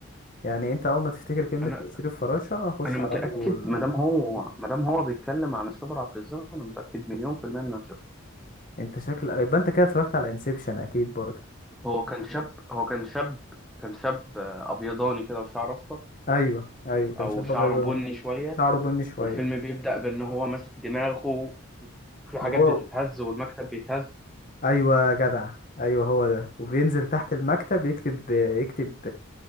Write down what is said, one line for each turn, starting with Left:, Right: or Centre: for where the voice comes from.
Left: يعني انت اول ما تفتكر كلمة
Centre: انا
Left: تأثير الفراشة خش
Centre: انا متاكد
Left: على طول
Centre: ما دام هو ما دام هو بيتكلم عن السفر عبر الزمن انا متاكد مليون في الميه ان انا شفته
Left: انت شكل يبقى انت كده اتفرجت على انسبشن اكيد برضه
Centre: هو كان شاب هو كان شاب كان شاب آه، ابيضاني كده وشعر اصفر
Left: ايوه ايوه كان
Centre: او
Left: شاب
Centre: شعره
Left: ابيضاني
Centre: بني شويه
Left: شعره بني شوية
Centre: والفيلم بيبدا بان هو ماسك دماغه وفي حاجات
Left: وهو
Centre: بتتهز والمكتب بيتهز
Left: ايوه يا جدع ايوه هو ده وبينزل تحت المكتب يكتب يكتب